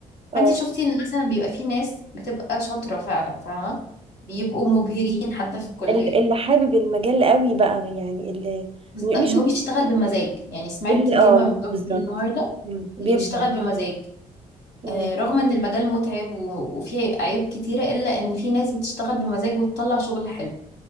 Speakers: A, on the right (about 30°); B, on the left (about 65°).
A: آه،
B: فانت
A: آه.
B: شفتي ان مثلا بيبقى في ناس بتبقى شاطره فعلا فاهمه بيبقوا مبهرين حتى في الكليه
A: ال- اللي حابب المجال قوي بقى يعني اللي
B: بس
A: مش
B: ده اللي هو بيشتغل بمزاج يعني سمعت
A: اللي
B: كلمه
A: اه
B: من دكتور
A: بالظبط
B: النهارده
A: مم. بيبدع
B: اللي بيشتغل بمزاج
A: مم.
B: آه رغم ان المجال متعب و- وفيه عيوب كتيره الا ان في ناس بتشتغل بمزاج وتطلع شغل حلو